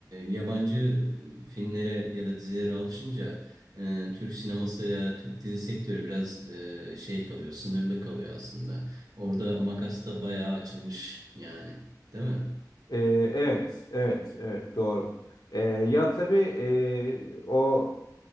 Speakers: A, on the right (about 60°); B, on the left (about 65°).
A: yabancı filmlere ya da dizilere alışınca e, Türk sineması ya Türk dizi sektörü biraz e, şey kalıyor, sınırlı kalıyor aslında. Orada makas da bayağı açılmış yani, değil mi?
B: Ee, evet, evet, evet doğru. Ee, ya tabii e, o